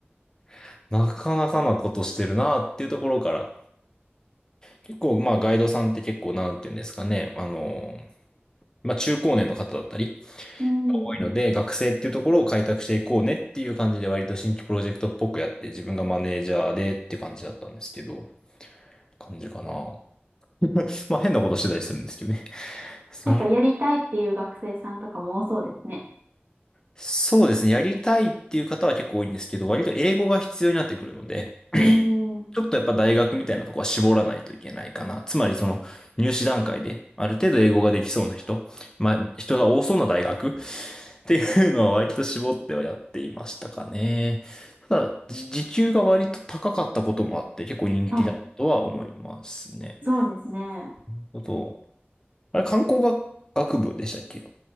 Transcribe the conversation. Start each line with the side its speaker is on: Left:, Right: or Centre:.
Left: <laughs> なかなかなことしてるなっていうところから、結構、まあ、ガイドさんって結構、なんていうんですかね。あの、まあ、中高年の方だったり、
Right: うん。
Left: 多いので、学生っていうところを開拓していこうねっていう感じで、割と新規プロジェクトっぽくやって、自分がマネージャーでっていう感じだったんですけど、感じかな。まあ、変なことしてたりするんですけどね。<laughs>
Right: なんかやりたいっていう学生さんとかも多そうですね。
Left: なるそうですね。やりたいっていう方は結構多いんですけど、割と英語が必要になってくるので、
Right: うん。
Left: ちょっとやっぱ大学みたいなとこは絞らないといけないかな。つまりその入試段階である程度英語ができそうな人、まあ人が多そうな大学っていうのは割と絞ってはやっていましたかね。ただ、じ時給が割と高かったこともあって結構人気だとは思いますね。
Right: はい。そうですね。
Left: なるほど。あれ、観光学、学部でしたっけ